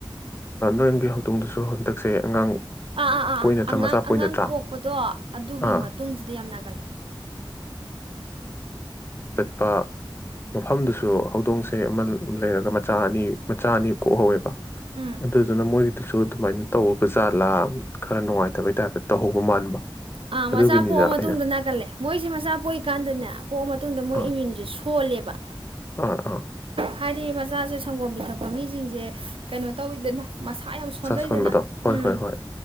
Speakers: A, on the left; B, on the right.
A: ꯅꯣꯏꯒꯤ ꯍꯧꯗꯣꯡꯗꯁꯨ ꯍꯟꯗꯛꯁꯦ ꯑꯉꯥꯡ
B: ꯑꯥ ꯑꯥ ꯑꯥ
A: ꯄꯣꯛꯏ ꯅꯠꯇ꯭ꯔꯥ
B: ꯑꯉꯥꯡ
A: ꯃꯆꯥ ꯄꯣꯛꯏ
B: ꯑꯉꯥꯡ
A: ꯅꯠꯇ꯭ꯔꯥ
B: ꯄꯣꯛꯄꯗꯣ ꯑꯗꯨꯒꯤ
A: ꯑꯥ
B: ꯃꯇꯨꯡꯁꯤꯗ ꯌꯥꯝ ꯅꯥꯒꯠꯂꯦ
A: ꯇ ꯃꯐꯝꯗꯨꯁꯨ ꯍꯧꯗꯣꯡꯁꯦ ꯑꯃ ꯂꯩꯔꯒ ꯃꯆꯥ ꯑꯅꯤ ꯃꯆꯥ ꯑꯅꯤ ꯀꯣꯛꯍꯧꯋꯦꯕ
B: ꯎꯝ
A: ꯑꯗꯨꯗꯨꯅ ꯃꯣꯏꯒꯤꯗꯨꯁꯨ ꯑꯗꯨꯃꯥꯏꯅ ꯇꯧ ꯄꯨ ꯖꯥꯠꯂꯥ ꯈꯔ ꯅꯨꯡꯉꯥꯏꯇꯕꯩ ꯇꯥꯏꯞꯇ ꯇꯧꯍꯧꯕ ꯃꯥꯟꯕ
B: ꯑꯥ
A: ꯑꯗꯨꯒꯤꯅꯤꯗ
B: ꯃꯆꯥ ꯄꯣꯛꯑ ꯃꯇꯨꯡꯗ
A: ꯑꯩꯅ
B: ꯅꯥꯀꯜꯂꯦ ꯃꯣꯏꯁꯤꯦ ꯃꯆꯥ ꯄꯣꯛꯏꯀꯥꯟꯗꯅꯦ ꯄꯣꯛꯑ ꯃꯇꯨꯡꯗ ꯃꯣꯏ
A: ꯑꯥ
B: ꯏꯃ꯭ꯌꯨꯟꯁꯦ ꯁ ꯍꯣꯜꯂꯦꯕ
A: ꯑꯥ ꯑꯥ
B: ꯍꯥꯏꯗꯤ ꯃꯆꯥꯁꯦ ꯁꯪꯒꯣꯝ ꯄꯤ ꯊꯛꯄ ꯃꯤꯁꯤꯡꯁꯦ ꯀꯩꯅꯣ ꯇꯧꯋꯤꯗꯅ ꯃꯁꯥ ꯌꯥꯝ ꯁꯣꯟꯊꯩꯗꯅ
A: ꯁꯣꯟꯕꯗꯣ
B: ꯎꯝ
A: ꯍꯣꯏ ꯍꯣꯏ ꯍꯣꯏ